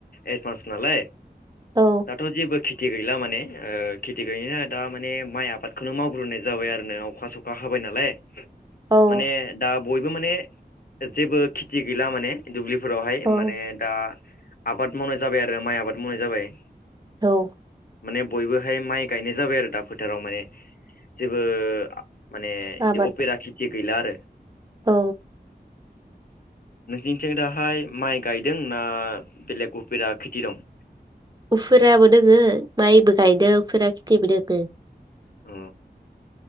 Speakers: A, on the left; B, on the right.
A: एडभान्स नालाय।
B: औ
A: दाथ जे खेथि गैला माने ओ खेथि गैयैनो दा माने माइ आबादखौनो मावग्रोनाय जाबाय आरो नों अखा सखा होबाय नालाय।
B: औ
A: माने दा बयबो माने जेबो खिकि गैला माने दुब्लि फोरावहाय
B: औ
A: माने दा आबाद मावनाय जाबाय आरो माइ आबाद मावनाय जाबाय।
B: औ।
A: माने बयबोहाय माइ गायनाय जाबाय आरो दा फोथाराव माने जेबो माने
B: आबाद
A: इदि उपेरा खिथि बिलारो
B: औ।
A: नोंसोरनिथिं दाहाय माइ गायदों ना बेलेग उफेरा खेथि दं?
B: उफोराबो दोङो माइबो गायदों उफेरा खिथिबो दोङो।
A: अ।